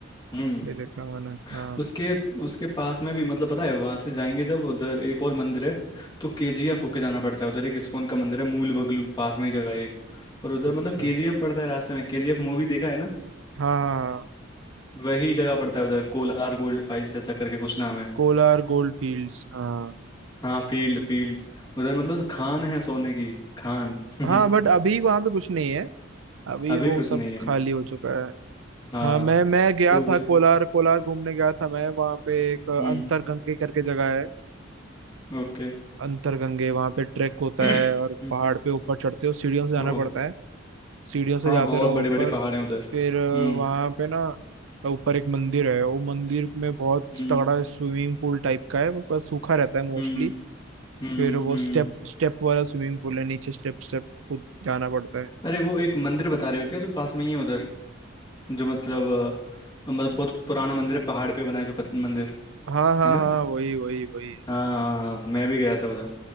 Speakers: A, on the left (about 25°); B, on the right (about 80°).
A: हम्म।
B: ये देखा मैंने हाँ
A: उसके उसके पास में भी मतलब पता है वहां से जाएंगे जब उधर एक और मंदिर है तो केजीएफ होके जाना पड़ता है उधर एक इस्कॉन का मंदिर है मूल बगलू पास में ही जगह है एक और उधर
B: अच्छा
A: मतलब केजीएफ पड़ता है रास्ते में केजीएफ मूवी देखा है ना
B: हाँ हाँ हाँ
A: वही जगह पड़ता है उधर कोलार गोल्ड फाइल्स ऐसा करके कुछ नाम है
B: कोलार गोल्ड फील्ड्स हाँ
A: हाँ फील्ड फील्ड्स उधर मतलब खान है सोने की खान <laughs>
B: हाँ बट अभी वहाँ पे कुछ नहीं है अभी
A: अभी
B: वो
A: कुछ
B: सब
A: नहीं है
B: खाली हो चुका है
A: हाँ
B: हाँ मैं मैं गया
A: तो वही
B: था कोलार कोलार घूमने गया था मैं वहाँ पे एक
A: हम्म
B: अंतरगंगे करके जगह है
A: ओके
B: अंतरगंगे वहाँ पे ट्रैक होता
A: <clears throat>
B: है और
A: हम्म,
B: पहाड़ पे ऊपर चढ़ते हो सीढ़ियों से जाना
A: ओ
B: पड़ता है सीढ़ियों से
A: हाँ
B: जाते
A: बहुत
B: रहो
A: बड़े
B: ऊपर
A: बड़े पहाड़ हैं उधर
B: फिर अ,
A: हम्म
B: वहाँ पे ना ऊपर एक मंदिर है वो मंदिर में बहुत
A: हम्म
B: तगड़ा स्विमिंग पूल टाइप का है वो थोड़ा सूखा रहता है मोस्टली
A: हम्म हम्म
B: फिर वो
A: हम्म
B: स्टेप स्टेप वाला स्विमिंग पूल है नीचे स्टेप स्टेप जाना पड़ता है
A: अरे वो एक मंदिर बता रहे हो क्या जो पास में ही है उधर जो मतलब अ, मतलब बहुत पुराना मंदिर है पहाड़ पे बना है जो पत- मंदिर
B: हाँ हाँ
A: है
B: हाँ वही वही वही
A: हाँ मैं भी गया था उधर